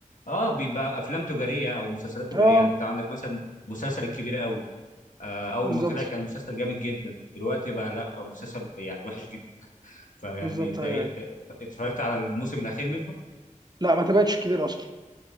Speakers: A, on the left; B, on the right.
A: اه بيبقى افلام تجاريه او مسلسلات تجاريه
B: اه
A: انت عندك مثلا مسلسل الكبير قوي آه، اول
B: بالظبط
A: ما طلع كان مسلسل جامد جدا دلوقتي بقى لا مسلسل يعني وحش جدا فيعني
B: بالظبط
A: انت
B: ايوه
A: إيه-
B: ايوه
A: ت- اتفرجت على الموسم الاخير منه
B: لا ما تابعتش كبير اصلا